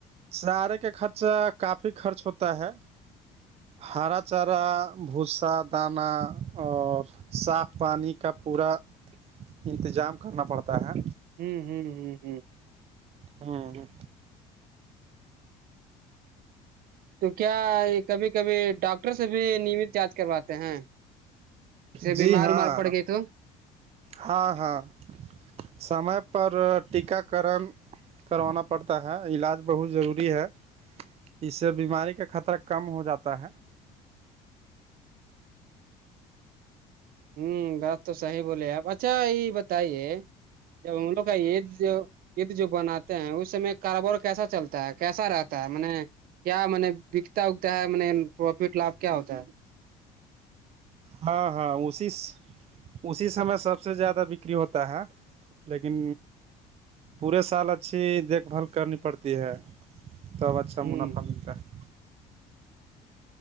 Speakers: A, on the right (about 40°); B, on the right (about 65°).
A: سارے کا خرچہ کافی خرچ ہوتا ہے ہارا چارا بھوسا داناہ اور صاف پانی کا پورا انتظام کرنا پڑتا ہے
B: ہوں ہوں ہوں
A: ہوں ہ
B: تو کیا کبھی کبھی ڈاکٹر سے بھی نیمت جانچ کرواتے ہیں ج
A: جی
B: بیمار
A: ہاں
B: مار پڑ گئی تو
A: ہاں ہاں سمے پر ٹیکاکرن کروانا پڑتا ہے علاج بہت ضروری ہے اس سے بیماری کا خطرہ کم ہو جاتا ہے
B: ہوں بات تو صحیح بولے ہیں آپ اچھا یہ بتائیے ج ہم لوگ کا یہید جو د جو بناتے ہیں اس س میں کاروبار کیسا چلتا ہے کیسا رہتا ہے م کیا م نے بکتا اگتا ہے م پروفٹ لابپ کیا ہوتا ہے
A: ہاں ہاں اوشس اسی سمے سب سے زیادہ بکری ہوتا ہے لیکن پورے سال اچھی دیکھ بھال کرنی پڑتی ہے ت اب اچھا
B: ہ
A: منافع
B: ہ
A: ملتا ہے